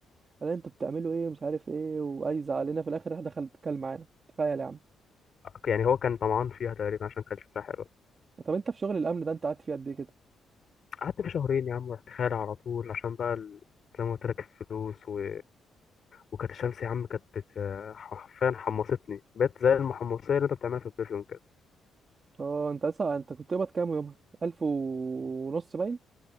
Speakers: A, on the right; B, on the left.
A: قال لنا انتوا بتعملوا ايه مش عارف ايه وعايز علينا في الاخر راح دخل اتكلم معانا تخيل يا عم
B: يعني هو كان طمعان فيها تقريبا عشان كان شكلها حلو
A: طب انت في شغل الامن ده انت قاعد فيه قد ايه كده
B: قعدت في شهرين يا عم رحت خالع على طول عشان بقى ال- زي ما قلت لك الفلوس و... وكانت الشمس يا عم كانت بت... حرفيا حمصتني بقيت زي المحمصية اللي انت بتعملها في البرفيوم كده
A: اه انت لسه انت كنت قبض كام يومها ألف ونص باين